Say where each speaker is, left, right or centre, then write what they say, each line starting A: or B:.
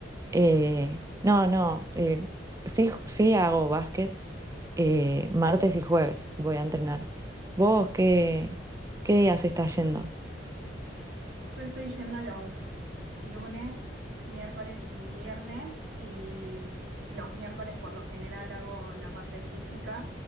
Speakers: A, on the right; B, on the right.
A: eh, no, no, eh, sí, sí hago básquet eh, martes y jueves, voy a entrenar. ¿Vos qué, qué días estás yendo?
B: Yo estoy yendo los lunes, miércoles y viernes y los miércoles por lo general hago la parte física